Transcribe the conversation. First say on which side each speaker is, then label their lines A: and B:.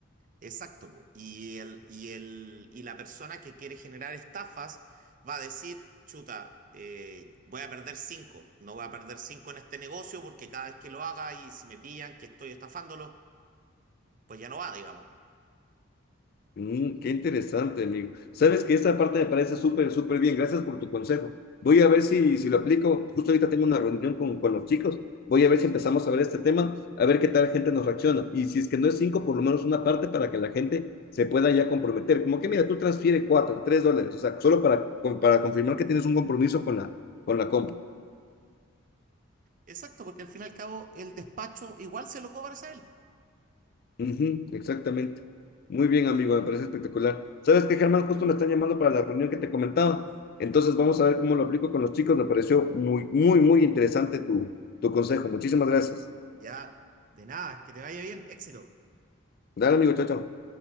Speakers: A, on the right (about 40°); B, on the left (about 45°).
A: Exacto. po. Y el, y el, y la persona que quiere generar estafas va a decir, chuta, eh, voy a perder cinco, no voy a perder cinco en este negocio porque cada vez que lo haga y si me pillan que estoy estafándolo, pues ya no va, digamos.
B: Mm, qué interesante, amigo. Sabes que esa parte me parece súper, súper bien. Gracias por tu consejo. Voy a ver si, si lo aplico. Justo ahorita tengo una reunión con, con los chicos. Voy a ver si empezamos a ver este tema, a ver qué tal gente nos reacciona. Y si es que no es cinco, por lo menos una parte para que la gente se pueda ya comprometer. Como que, mira, tú transfiere cuatro, tres dólares. O sea, solo para, con- para confirmar que tienes un compromiso con la, con la compra.
A: Exacto, porque al fin y al cabo el despacho igual se lo cobras a él.
B: Ujú, exactamente. Muy bien, amigo, me parece espectacular. ¿Sabes qué, Germán? Justo me están llamando para la reunión que te comentaba. Entonces vamos a ver cómo lo aplico con los chicos. Me pareció muy, muy, muy interesante tu, tu consejo. Muchísimas gracias.
A: Ya, de nada, que te vaya bien, éxito.
B: Dale, amigo, chao, chao.